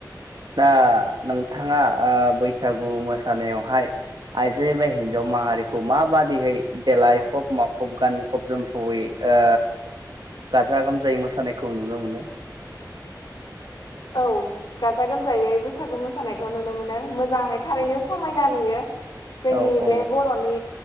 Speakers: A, on the right; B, on the left.
A: दा नोंथाङा बैसागु मोसानायावहाय आइजो एबा हिन्जाव माहारिखौ माबादिहै देलायफब माफब गानफब जोमफबै ओ गाजा गोमजायै मोसानायखौ नुनो मोनो।
B: औ गाजा गोमजायै बैसागु मोसानायखौ नुनो मोनो मोजाङै थारैनो समायना नुयो। जोंनि
A: औ औ
B: बे बर'नि